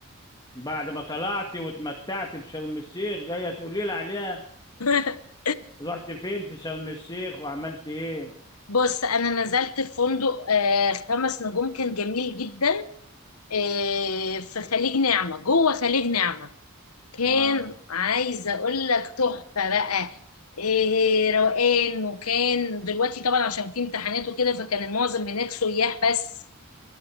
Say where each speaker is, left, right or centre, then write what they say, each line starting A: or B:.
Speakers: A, on the left (about 20°); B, on the left (about 85°).
A: بعد ما طلعت واتمتعت في شرم الشيخ جاية تقولي لي عليها
B: <laughs>
A: رحت فين في شرم الشيخ وعملت ايه
B: بص انا نزلت في فندق آه، خمس نجوم كان جميل جدا آه، في خليج نعمه جوه خليج نعمه كان
A: اه
B: عايزه اقول لك تحفه بقى إيه روقان وكان دلوقتي طبعا عشان في امتحانات وكده فكان المعظم هناك سياح بس